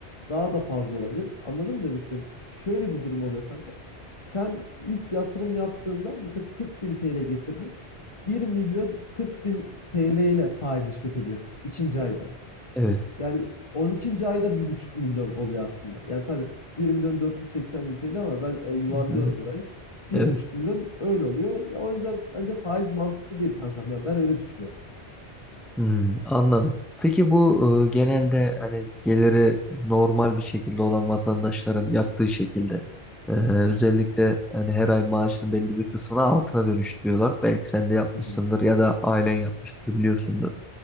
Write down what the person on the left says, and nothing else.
Daha da fazla olabilir. Anladın mı demek istediğim? Şöyle bir durum oluyor kanka. Sen ilk yatırım yaptığında mesela 40 bin TL getirdi. 1 milyon 40 bin TL ile faiz işletebilirsin ikinci ayda.
Yani 12. ayda bir buçuk milyon oluyor aslında. Yani tabii 1 milyon 480 bin TL ama ben e, yuvarlıyorum
orayı. Bir
buçuk milyon öyle oluyor. Ya o yüzden bence faiz mantıklı değil kankam. Ya ben öyle düşünüyorum.
Hı hı.